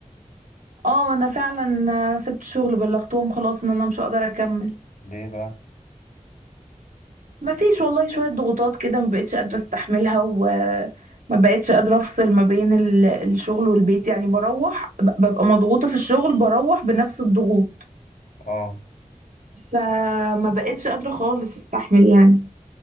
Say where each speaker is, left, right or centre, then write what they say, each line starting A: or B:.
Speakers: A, on the right; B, on the left.
A: اه انا فعلا آه، سبت شغل بلغتهم خلاص ان انا مش هقدر اكمل
B: ليه بقى
A: ما فيش والله شوية ضغوطات كده ما بقتش قادرة استحملها وما بقتش قادرة افصل ما بين ال- الشغل والبيت يعني بروح ب- ببقى مضغوطة في الشغل بروح بنفس الضغوط
B: اه
A: فما بقتش قادرة خالص استحمل يعني